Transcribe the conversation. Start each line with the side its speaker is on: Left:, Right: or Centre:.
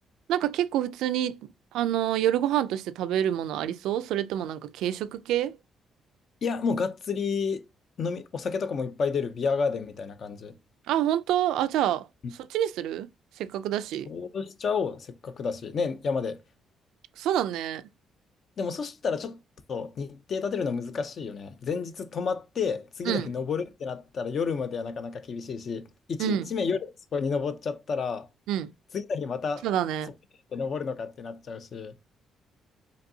Right: なんか結構普通に、あのー夜ご飯として食べるものありそうそれともなんか軽食系
Left: いや、もうがっつり飲み、お酒とかもいっぱい出るビアガーデンみたいな感じ。
Right: あ、本当あ、じゃあ、
Left: うん
Right: そっちにするせっかくだし。
Left: そうしちゃおう、せっかくだし。ねえ、山で
Right: そうだね。
Left: でもそしたらちょっと日程立てるの難しいよね。前日泊まって、次の日登るってなったら夜まではなかなか厳しいし、
Right: うん、
Left: 1日目夜そこに登っちゃったら、
Right: うん、うん。
Left: 次の日またそこに登るのかってなっちゃうし、
Right: そうだね。